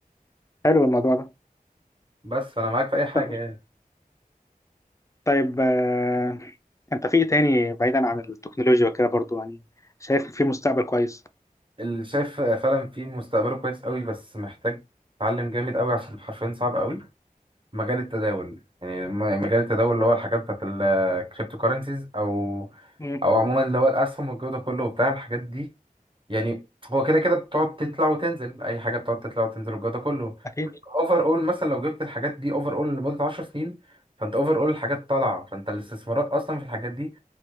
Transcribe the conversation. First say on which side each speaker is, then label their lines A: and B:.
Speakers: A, on the left; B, on the right.
A: حلو الموضوع ده
B: بس فانا معاك في اي حاجه
A: ط-
B: يعني
A: طيب آه، أنت في إيه تاني بعيدا عن التكنولوجيا وكده برضو يعني شايف في مستقبل كويس
B: اللي شايف فعلا في مستقبله كويس قوي بس محتاج اتعلم جامد قوي عشان حرفيا صعب قوي مجال التداول يعني م- مجال التداول اللي هو الحاجات بتاعت الكريبتو كارنسيز او
A: مم،
B: او عموما اللي هو الاسهم والجو ده كله وبتاع الحاجات دي يعني هو كده كده بتقعد تطلع وتنزل اي حاجه بتقعد تطلع وتنزل والجو ده كله
A: أكيد
B: اوفر اول مثلا لو جبت الحاجات دي اوفر اول لمده 10 سنين فانت اوفر اول الحاجات طالعه فانت الاستثمارات اصلا في الحاجات دي